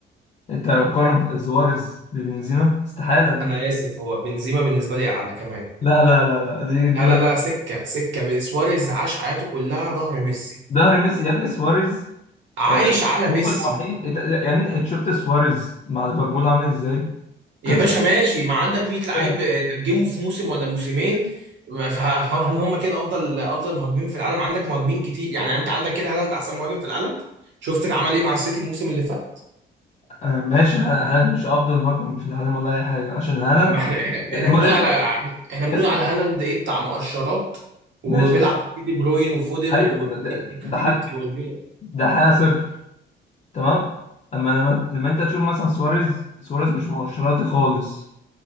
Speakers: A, on the left; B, on the right.
A: انت قارن سواريز ببنزيما استحالة دي
B: انا اسف هو بنزيما بالنسبه لي اعلى كمان
A: لا لا لا لا دي دي
B: لا
A: بس-
B: لا لا سكه سكه سواريز عاش حياته كلها ظهر ميسي
A: ظهر ميسي يا ابني سواريز
B: عايش
A: آه،
B: على
A: هو
B: ميسي
A: الوحيد إنت- يعني انت شفت سواريز مع ليفربول عامل ازاي
B: يا
A: كان
B: باشا ماشي ما عندك 100 لعيب
A: ساعتها
B: آه، نجمه في موسم ولا موسمين فه- هل هم كده افضل افضل مهاجمين في العالم عندك مهاجمين كتير يعني انت عندك كده هل انت احسن مهاجم في العالم شفت عمل ايه مع السيتي الموسم اللي فات
A: آه، ماشي ها- هالاند مش افضل مهاجم في العالم ولا اي حاجة عشان هالاند
B: ما احنا احنا
A: الم-
B: احنا بنقول
A: اسمع
B: على احنا بنقول
A: اسمع
B: على هالاند ايه بتاع مقشرات وبيلعب
A: ماشي اسمع
B: تحت دي بروين وفودن
A: ايوه
B: و-
A: ده
B: وكتيبة
A: ده حاجة
B: جوارديولا
A: ده حاجة صرف تمام اما لما لما انت تشوف مثلا سواريز سواريز مش مؤشراطي خالص